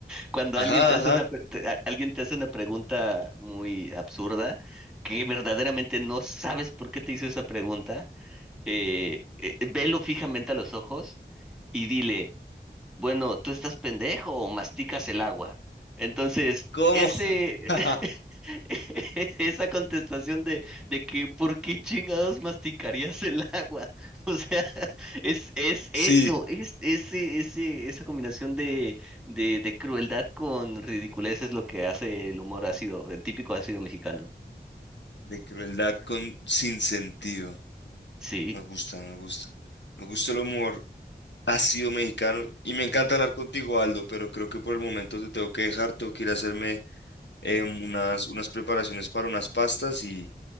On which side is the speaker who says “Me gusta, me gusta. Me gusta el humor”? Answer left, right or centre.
Left